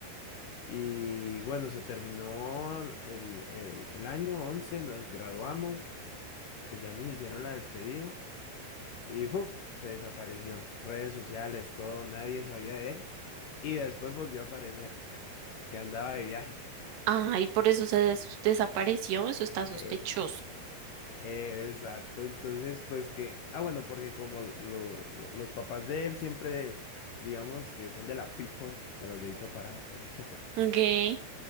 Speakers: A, on the left; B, on the right.
A: y bueno, se terminó el, el, el año 11 nos graduamos, pues ya nos hicieron la despedida y ¡fuf! se desapareció, redes sociales, todo, nadie sabía de él y después volvió a aparecer, que andaba de viaje.
B: Ay, por eso se des- desapareció, eso está sospechoso.
A: Eh, Eh, Exacto, entonces pues que, ah bueno, porque como lo- lo- lo- los papás de él siempre, digamos que son de la people, de los deditos para, <laughs>
B: Ok.